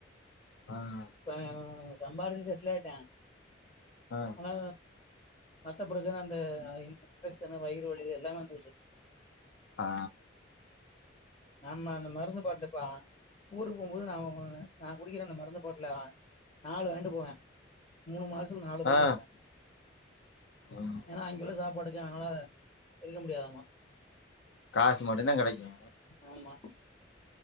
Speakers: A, on the left; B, on the left.
A: ஆமா
B: இப்ப சம்பார்சி செட்லாயிட்டான்
A: ஆ
B: ஆனா மத்த பிரச்சன அந்த இன்ஃபெக்ஷனு வயிறு வலி எல்லாமே வந்துருச்சி
A: ஆ
B: ஆமா அந்த மருந்து பாட்டுல காணோம் ஊருக்கு போம்போது நா நா குடிக்கிற அந்த மருந்து பாட்டுல நாலு வாங்கிட்டு போவே மூணு மாசத்து நாலு பாட்டுலு
A: ஆ
B: குடிப்பே
A: ம்
B: ஏன்னா அங்க உள்ள சாப்பாடுக்கு அதனால இருக்க முடியாதாம
A: காசி மட்டுதா கெடைக்கு
B: ஆமா